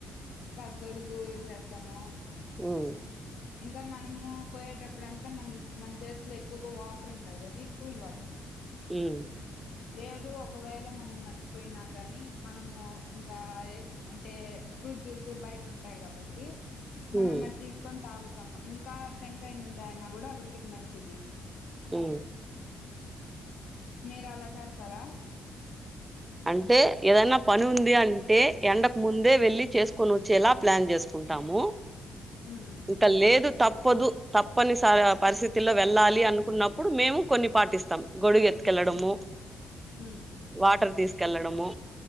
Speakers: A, on the left; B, on the right.
A: ఇంకా గొడుగు యూజ్ చేస్తాము తమో
B: హ్మ్
A: ఇంకా మనము పోయేటప్పుడు అంతా మన మన చేతిలో ఎక్కువగా వాటర్ ఉంటది అది కూల్ వాటర్
B: హ్మ్
A: లేదు ఒకవేళ మనం మర్చిపోయినా గానీ మనము ఇంకా అంటే ఫ్రూట్ జ్యూస్ బయట ఉంటాయి కాబట్టి మనం
B: ఉమ్
A: ఆది తీసుకొని తగు ఇంకా తెంగాయ ను ఉంది అయినా కూడా ఒంటికి మంచిది
B: అ
A: మీరు అలా చేస్తారా
B: అంటే ఏదైనా పని ఉంది అంటే ఎండకు ముందే వెళ్లి చేసుకొని వచ్చేలా ప్లాన్ చేసుకుంటాము
A: హ్మ్
B: ఇంకా లేదు తప్పదు తప్పనిసరీ పరిస్థితుల్లో వెళ్ళాలి అనుకున్నప్పుడు మేము కొన్ని పాటిస్తాం గొడుగెత్ తీసుకెళ్ళడము
A: హ్మ్ హ్మ్
B: వాటర్ తీసు కెళ్ళడము